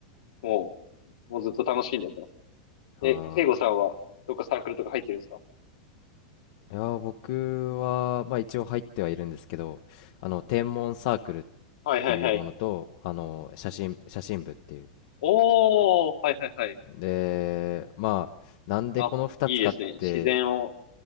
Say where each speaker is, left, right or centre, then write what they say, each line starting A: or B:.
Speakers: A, on the left; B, on the left.
A: もう、もうずっと楽しんでやってます。
B: あ
A: え、聖子さんは、どっかサークルとか入ってるんですか
B: ーいやー、僕は、まあ一応入ってはいるんですけど、あの、天文サークルっ
A: はいはいはい。
B: ていうものと、あの、写真、写真部っていう。
A: おー、はいはいはい。
B: で、まあ、なんでこの2つかって
A: あ、いいですね。自然を、